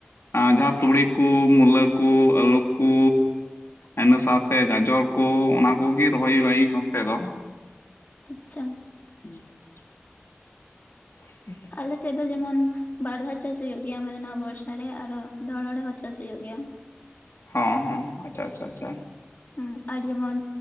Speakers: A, on the left; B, on the left.
A: ᱟᱨ ᱡᱟᱸᱦᱟ ᱛᱩᱲᱤ ᱠᱩ ᱢᱩᱞᱟᱹ ᱠᱩ ᱟᱹᱞᱩ ᱠᱩ, ᱤᱱᱟᱹ ᱥᱟᱶᱛᱮ ᱜᱟᱡᱚᱨ ᱠᱩ ᱚᱱᱟ ᱠᱚᱜᱤ ᱨᱚᱦᱚᱭ ᱦᱩᱭᱩᱜᱼᱟ ᱤᱱ ᱱᱚᱛᱮ ᱫᱚ᱾
B: ᱟᱪᱪᱷᱟ,
A: <unintelligible> <unintelligible>
B: ᱟᱞᱮ ᱥᱮᱫ ᱫᱚ ᱡᱮᱢᱚᱱ ᱵᱟᱨ ᱫᱷᱟᱣ ᱪᱟᱥ ᱦᱳᱭᱳᱜ ᱜᱮᱭᱟ ᱢᱟᱱᱮ ᱱᱚᱣᱟ ᱵᱚᱨᱥᱟ ᱨᱮ ᱟᱨᱚ ᱫᱷᱚᱨᱚᱱ ᱨᱮᱦᱚ ᱪᱟᱥ ᱦᱩᱭᱩᱜ ᱜᱮᱭᱟ᱾
A: ᱦᱚᱸ ᱦᱚᱸ ᱟᱪᱪᱷᱟ ᱟᱪᱪᱷᱟ ᱟᱪᱪᱷᱟ᱾
B: ᱦᱩᱸ ᱟᱨ ᱡᱮᱢᱚᱱ